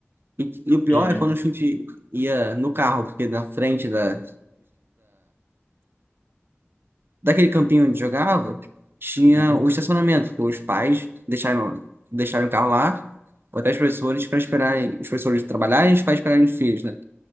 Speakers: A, on the right; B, on the left.
A: E, e o pior
B: É, né?
A: é quando o chute ia no carro, porque na frente da, daquele campinho onde jogava, tinha
B: É.
A: o estacionamento, que os pais deixaram, deixaram o carro lá, ou até os professores para esperarem, os professores trabalharem e os pais esperarem os filhos, né?